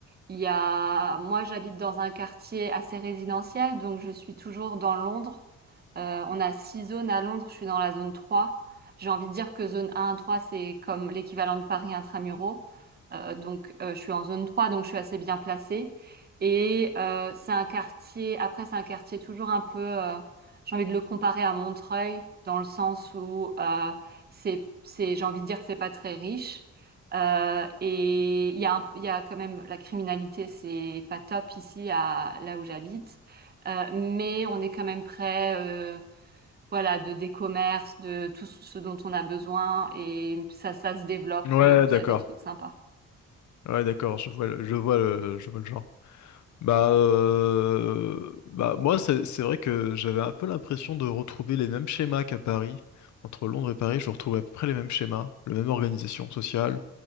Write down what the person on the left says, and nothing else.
Ouais,
d'accord.
Ouais, d'accord. Je vois, le- je vois le, je vois le genre. Bah, euh, bah moi, c'est c'est vrai que j'avais un peu l'impression de retrouver les mêmes schémas qu'à Paris. Entre Londres et Paris, je retrouvais à peu près les mêmes schémas, la même organisation sociale,